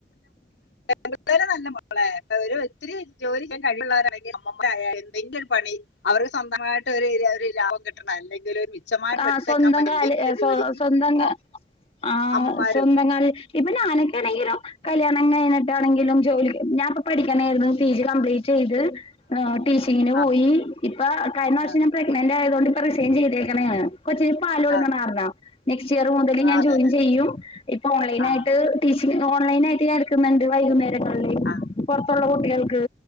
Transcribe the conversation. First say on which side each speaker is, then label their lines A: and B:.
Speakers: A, on the left; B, on the left.
A: <unintelligible> നല്ല. മോളെ അപ്പൊ അവ ഒത്തിരി ജോലി ചെയ്യാൻ കഴിയുള്ളവരാണെങ്കിൽ <unintelligible> പണി അവർക്ക് സ്വന്തമായിട്ട് ഒരു ഒരു ലാഭം കിട്ടും. അല്ലെങ്കില ഒരു മിച്ചമായിട്ട്
B: ആ്
A: എടുത്തേക്കാൻ
B: സ്വന്തം
A: പറ്റും
B: കല്
A: എന്തെങ്കിലും ഒരു ജോലിക്ക്
B: സ്വന്തം കാ
A: പോ
B: ആ
A: അമ്മമാരും
B: സ്വന്തം കല്. ഇപ്പൊ നാനക്കെയാണങ്കിലോ. കല്യാണം കഴിഞ്ഞിട്ടാണെങ്കിലും ജോലി ഞാൻിപ്പ പഠിക്കാനായിരുന്നു പി ജി കംപ്ലീറ്റ് ചെയ്ത്. ആ ടീച്ചിങ്ങിന്
A: ആ
B: പോയി ഇപ്പൊ കഴിഞ്ഞ വർഷം
A: ആ
B: ഞാൻ പ്രെഗ്നന്റ് ആയത കൊണ്ട് ഇപ്പൊറിസൈൻ ചെയ്തേക്കണ് ഞാൻ. കൊച്ചിന് പാല് കൊടുക്ക്ണ
A: ആ
B: കാരണനെക്സ്റ്റ് ക്സ്റ്റ് ഇയർ മുതല്
A: ആ,
B: ഞാൻ
A: അതെ
B: ജോയിൻ
A: അതെ
B: ചെയ്യും ഇപ്പൊ ഓൺലൈൻ
A: ആ
B: ആയിട്ട് ടീച്ചിംഗ് ഓൺലൈനായിട്ട് ഞാ എട്ക്ക്ന്ന്ണ്ട് വൈകുന്നേരങ്ങൾല്
A: ആ
B: പൊറതുള്ള കുട്ടികൾക്ക്